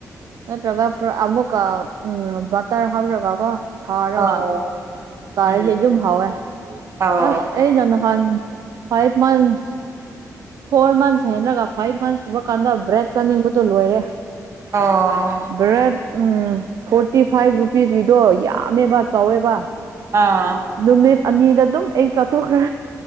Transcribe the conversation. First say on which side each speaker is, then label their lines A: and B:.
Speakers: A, on the right; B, on the right.
A: ꯅꯠꯇ꯭ꯔꯒ ꯐ ꯑꯃꯨꯛꯀꯥ ꯎꯝ ꯕꯇꯔ ꯍꯞꯔꯒꯥ ꯀꯣ ꯁꯔꯒꯥ
B: ꯑꯧ
A: ꯆꯥꯔꯗꯤ
B: ꯎꯝ
A: ꯑꯗꯨꯝ ꯍꯥꯎꯑꯦ
B: ꯑꯧ
A: ꯑꯁ ꯑꯩꯅꯥ ꯅꯥꯍꯜ ꯐꯥꯏꯚ ꯃꯟꯁꯇ ꯐꯣꯔ ꯃꯟꯁ ꯍꯦꯟꯔꯒ ꯐꯥꯏꯚ ꯃꯟꯁ ꯁꯨꯕ ꯀꯥꯟꯗ ꯕ꯭ꯔꯦꯗ ꯆꯥꯅꯤꯡꯕꯗꯨ ꯂꯣꯏꯔꯦ
B: ꯑꯣ
A: ꯕ꯭ꯔꯦꯗ ꯎꯝ ꯐꯣꯔꯇꯤ ꯐꯥꯏꯚ ꯔꯨꯄꯤꯁꯀꯤꯗꯣ ꯌꯥꯝꯃꯦꯕ ꯆꯥꯎꯋꯦꯕ
B: ꯑꯥ
A: ꯅꯨꯃꯤꯠ ꯑꯅꯤꯗ ꯑꯗꯨꯝ ꯑꯩ ꯆꯥꯊꯣꯛꯈ꯭ꯔꯦ